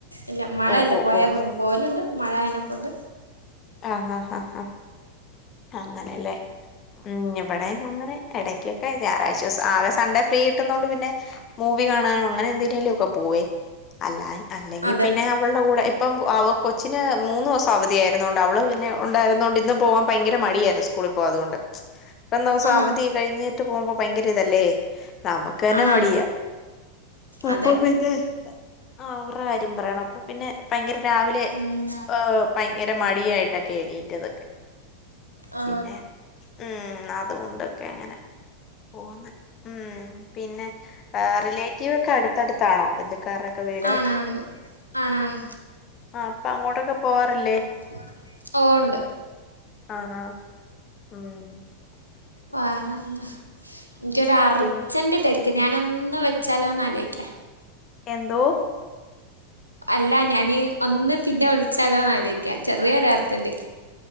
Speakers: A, on the right (about 85°); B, on the left (about 30°).
A: ഇല്ല മഴെല്ലേ
B: ഓ ഓ
A: പാേയാ
B: ഓ
A: കുട്ങ്ങും പോവല്ണ്ട് മഴായേനെ കൊണ്ട്
B: ആഹ് ഹാ ഹാ ഹാ അങ്ങനെലേ ഉം ഇബടേയും ഞങ്ങള് എടയ്ക്കൊക്കെ വെരാ ഒരാശ്വാസം ആകെ സൺഡേ ഫ്രീ കിട്ടുന്നോണ്ട് പിന്നെ മൂവി കാണാനും അങ്ങെനെ എന്തിനേലൊക്കെ പോവേ അല്ലായ് അല്ലെങ്കി
A: അതെ
B: പിന്നെ വൾടെ കൂടെ ഇപ്പം അവ കൊച്ചിന് മൂന്നൂസം അവധിയായ്ര്ന്നോണ്ട് അവള് പിന്നെ ഒണ്ടായ്ര്ന്നോണ്ട് ഇന്ന് പോവാം ഭയ്ങ്കര മടിയായ്ര്ന്നു സ്കൂളിപ്പോവാ അത്കൊണ്ട് ഇത്രേം ദിവ്സം
A: ആ
B: അവധിയൊക്കെ കഴിഞ്ഞീട്ട് പോവുമ്പം ഭയ്ങ്കര ഇതല്ലേ നമുക്ക് തന്നെ
A: ആണാണ്
B: മടിയാ അപ്പ
A: അതെ
B: പിന്നെ ആഹ്‌ അവറ്ടെ കാര്യം പറയണോ അപ്പ പിന്നെ ഭയ്ങ്കര രാവിലെ
A: ഉം.
B: ഭയ്ങ്കര മടിയായിട്ടൊക്കെ എണീറ്റതൊക്കെ
A: ആ
B: പിന്നേ ഊം അത്കൊണ്ടൊക്കെ അങ്ങെനെ പോവ്ന്ന് ഊം പിന്നെ ആഹ് റിലേറ്റീവാെക്കെ അട്ത്തട്ത്താണോ ബെന്ധ്ക്കാറ്ടൊക്കെ വീട്
A: ആണാണ് ആണാണ്
B: ആഹ്‌ അപ്പൊ അങ്ങോട്ടൊക്കെ പോവാറില്ലേ
A: പോവാറില്ലേ ഓഹ് ഉണ്ട്
B: ആഹ്‌ ആഹ്‌ <unintelligible>
A: വേറെന്താ ൻക്ക്യൊരർജെന്റ്
B: പിൻ
A: തെര്ക്ക് ഞാനൊന്ന് വെച്ചാലോന്നാലോയ്ക്ക്യാ
B: എന്തോ
A: അല്ലാ ഞാന് ഒന്ന് പിന്നെ വിൾച്ചാലോന്നാലോയ്ക്ക്യാ ചെറിയൊരർജെന്റ്